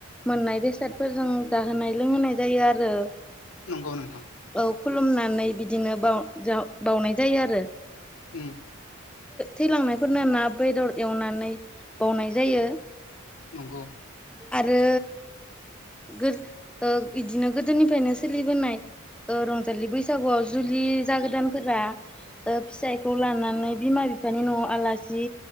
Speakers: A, in the centre; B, on the left.
A: मोननाय बेसादफोरजों जाहोनाय लोंहोनाय जायो आरो
B: नंगौ नोंथां
A: औ खुलुमनानै बिदिनो बावनाय जायो आरो
B: उम
A: थैलांनायफोरनो ना बेदर एवनानै बावनाय जायो
B: नंगौ
A: आरो बिदिनो गोदोनिफ्रायनो सोलिबोनाय रंजालि बैसागोआव जुलि जागोदानफोरा फिसायखौ लानानै बिमा बिफानि न'आव आलासि